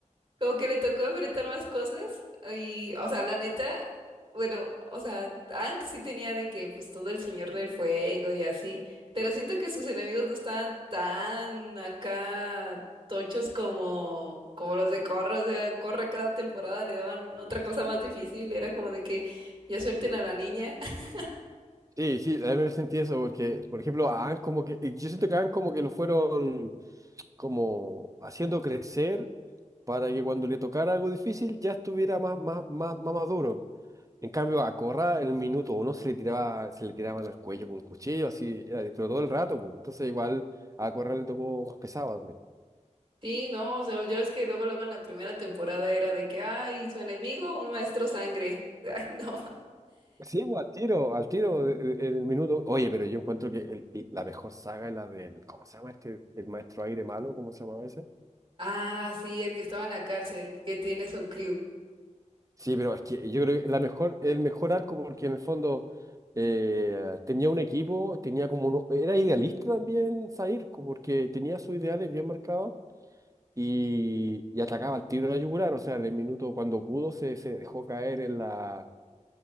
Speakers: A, on the right; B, on the right.
A: Como que le tocó enfrentar más cosas y, o sea, la neta, bueno, o sea, Aang sí tenía de que, pues, todo el Señor del Fuego y así, pero siento que sus enemigos no estaban tan acá tochos como, como los de Korra, o sea, Korra cada temporada le daban otra cosa más difícil, era como de que ya suelten a la niña. <laughs>
B: Sí, sí, a mí me sentí eso, porque, por ejemplo, a Aang como que, yo siento que a Aang como que lo fueron... como haciendo crecer para que cuando le tocara algo difícil ya estuviera más, más, más, más maduro. En cambio, a Corra en el minuto uno se le tiraba, se le tiraban al cuello con cuchillo, así, era pero todo el rato, pues. Entonces igual a Corra le tocó más pesado también.
A: Sí, no, o sea, ya ves que luego, luego en la primera temporada era de que, ay, su enemigo, un maestro sangre. <laughs> Ay, no
B: Sí, pues, al tiro, al tiro de- de- en el minuto. Oye, pero yo encuentro que el- y la mejor saga es la del, ¿cómo se llama este? El maestro aire malo, ¿cómo se llama ese?
A: Ah, sí, el que estaba en la cárcel, que tiene su crew
B: Sí, pero es que yo creo que la mejor, el mejor arco, porque en el fondo eh, tenía un equipo, tenía como uno, era idealista también Zair, co- porque tenía sus ideales bien marcados y, y atacaba al tiro de la yugular. O sea, en el minuto cuando pudo se, se dejó caer en la.